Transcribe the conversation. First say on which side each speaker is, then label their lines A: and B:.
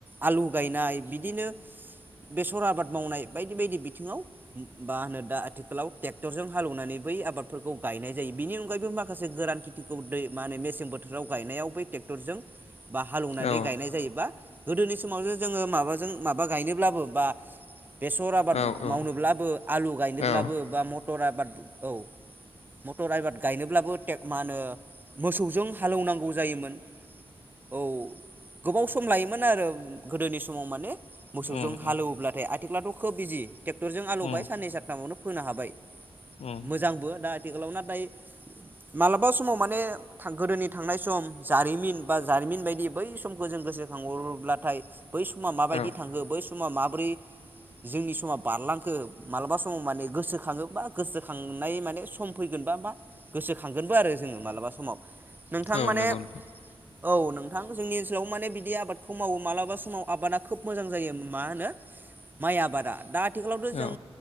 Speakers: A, on the right; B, on the left.
A: आलु गायनाय बिदिनो बेसर आबाद मावनाय बायदि बायदि बिथिङाव मा होनो दा आथिखालाव टेक्टरजों हालेवनानै बै आबादफोरखौ गायनाय जायो बेनि अनगायैबो मा खासे गोरान खेथिखौ दै माने मेसें बोथोराव गायनायाव बै टेक्टरजों बा हालौवनानै
B: औ
A: गायनाय जायोबा गोदोनि समावसो जोङो माबाजों माबा गायनोब्लाबो बा बेसर आबाद
B: औ औ
A: मावनोब्लाबो आलु गायनोब्लाबो
B: औ
A: बा मटर आबाद औ मटर आबाद गायनोब्लाबो <unintelligible> मा होनो? मोसौजों हालेवनांगौ जायोमोन औ गोबाव सम लायोमोन आरो गोदोनि समाव माने
B: उम
A: मोसौजों हालेवोब्लाथाय
B: उम
A: आथ <unintelligible> खोब बिजि टेक टरजों हालौबाय
B: उम
A: साननै सानथामावनो फोनो हाबाय।
B: उम
A: मोजांबो दा आथिखालाव ना दायो मालाबा समाव माने थां गोदोनि थांनाय सम जारिमिन बा जारिमिन बायदि बै समखौ जों गोसोखांहर रोब्लाथाय बै समा माबायदि
B: औ
A: थांखो बै स मा माब्रै जोंनि समा बारलांखो मालाबा समाव माने गोसोखाङोबा गोसोखांनाय माने सम फैगोन बा मा गोसो खांगोनबो आरो जोङो मालाबा समाव नोंथां
B: औ
A: माने
B: नंगौ नोंथां
A: औ नोंथां जोंनि ओनसोलाव माने बिदि आबादखौ मावो मालाबा समाव आबादा खोब मोजां जायो मा होनो माइ आबादा दा आथिखालावथ' जों
B: औ